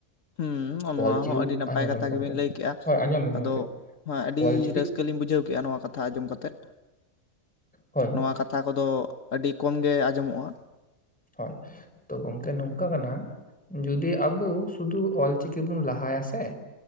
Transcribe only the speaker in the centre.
ᱚᱞᱪᱤᱠᱤ
ᱟᱸᱡᱚᱢ
ᱞᱮᱢ ᱜᱚᱝᱠᱮ
ᱦᱳᱭ ᱟᱸᱡᱚᱢ ᱞᱮᱢ
ᱜᱚᱝᱠᱮ
ᱚᱞᱪᱤᱠᱤ
ᱦᱳᱭ ᱦᱳᱭ
ᱦᱳᱭ ᱛᱚ ᱜᱚᱝᱠᱮ ᱱᱚᱝᱠᱟ ᱠᱟᱱᱟ ᱡᱩᱫᱤ ᱟᱵᱩ ᱥᱩᱫᱩ ᱚᱞᱪᱤᱠᱤ ᱵᱚᱱ ᱞᱟᱦᱟᱭᱟ ᱥᱮ᱾